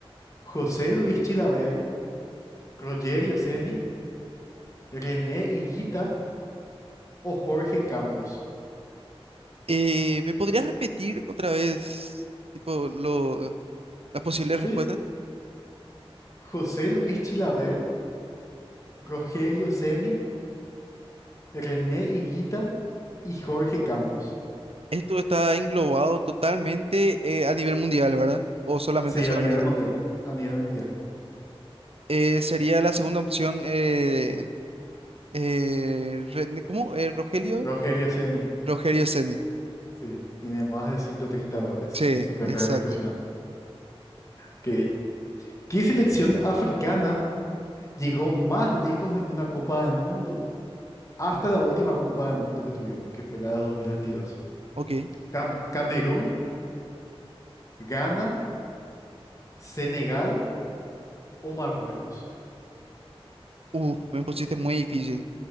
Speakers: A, on the left; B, on the right.
A: ¿José Luis Chilabert, Rogerio Ceni, René Higuita? o Jorge Campos.
B: Eh, ¿me podrías repetir otra vez, tipo, lo, las posibles
A: Sí,
B: respuestas?
A: José Luis Chilavert, Rogerio Ceni, René Higuita y Jorge Campos.
B: Esto está englobado totalmente eh, a nivel mundial, ¿verdad? O solamente
A: Sí,
B: Sí.
A: a
B: Sudamérica.
A: nivel mundial, a nivel mundial.
B: Eh, sería la segunda opción, eh, eh, Re- ¿cómo? Eh, Rogelio.
A: Rogerio Ceni,
B: Rogelio Ceni.
A: sí, tiene más de 130 goles
B: Sí,
A: en su carrera
B: Exacto.
A: profesional.
B: exacto.
A: Ok. ¿Qué selección africana llegó más lejos en una Copa del Mundo hasta la última Copa del Mundo que tuvimos, que fue la de 2022?
B: Ok.
A: Cam- Camerún, Ghana, Senegal o Marruecos.
B: Uf, me pusiste muy difícil,